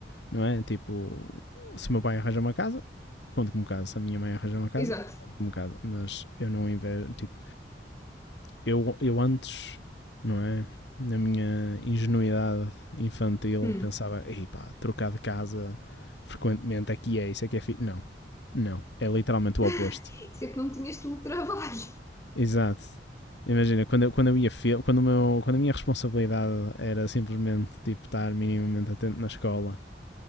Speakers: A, on the left; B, on the left.
A: não é? Tipo, se o meu pai arranja uma casa, conto como casa, se a minha mãe arranja uma casa,
B: Exato.
A: conto como casa, mas eu não invejo, tipo, eu, eu antes, não é? Na minha ingenuidade infantil,
B: Hum.
A: pensava, ei pá, trocar de casa frequentemente aqui é isso, aqui é fi... Não, não. É literalmente o
B: <laughs>
A: oposto.
B: Isso é que não tinhas tu o trabalho.
A: Exato. Imagina, quando eu, quando eu ia fil- quando, o meu, quando a minha responsabilidade era simplesmente tipo, estar minimamente atento na escola